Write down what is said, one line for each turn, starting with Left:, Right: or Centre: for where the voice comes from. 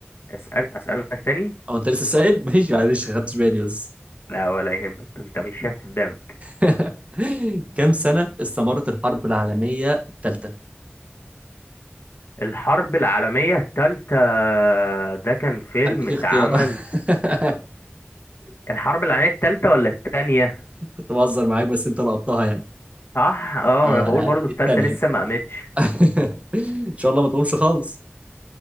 Left: أسأل أسألك تاني
Right: او انت لسه سائل <laughs> ماشي معلش ما خدتش بالي بس
Left: لا ولا يهمك ده أنت مش شايف قدامك
Right: <laughs> كم سنة استمرت الحرب العالمية الثالثة؟
Left: الحرب العالمية التالتة ده كان فيلم
Right: أديك
Left: اتعمل
Right: اختيار <laughs>
Left: الحرب العالمية التالتة ولا التانية
Right: كنت بهزر معاك بس أنت لقطتها يعني
Left: صح اه
Right: أه
Left: ما انا بقول
Right: لا
Left: برضو التالتة
Right: الثانية
Left: لسه ما قامتش
Right: <laughs> إن شاء الله ما تقومش خالص